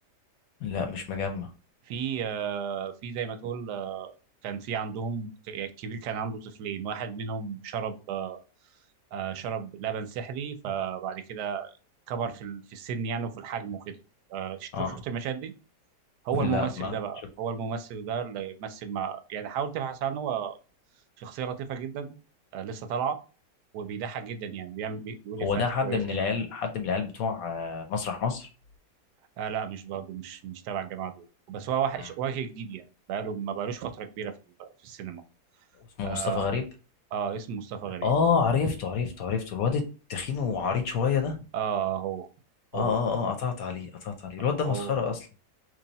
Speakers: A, on the left; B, on the right.
A: لا مش مجمع
B: في آه في زي ما تقول آه، كان في عندهم ك- يعني الكبير كان عنده طفلين واحد منهم شرب آه آه، شرب لبن سحري فبعد كده كبر في ال- في السن يعني وفي الحجم وكده آه شوف
A: اه
B: شفت المشاهد دي هو
A: <laughs>
B: الممثل
A: لا ما
B: ده بقى
A: شفت
B: هو الممثل ده اللي يمثل مع يعني حاول تبحث عنه هو شخصيه لطيفه جدا آه لسه طالعه وبيضحك جدا يعني بيعمل بي- بيقول
A: هو
B: افيهات
A: ده حد
B: كويسه
A: من العيال
B: يعني
A: حد من العيال بتوع آه، مسرح مصر
B: آه لا مش برضه مش مش تبع الجماعه دول بس هو وح-
A: مم.
B: وجه جديد يعني بقاله ما بقالوش فتره كبيره في ال- في السينما
A: اسمه
B: اه,
A: مصطفى غريب
B: آه اسمه مصطفى غريب
A: اه عرفته عرفته عرفته الواد التخين وعريض شويه ده
B: اه هو
A: اه
B: هو
A: اه اه قطعت عليه قطعت عليه الواد ده
B: هو
A: مسخره اصلا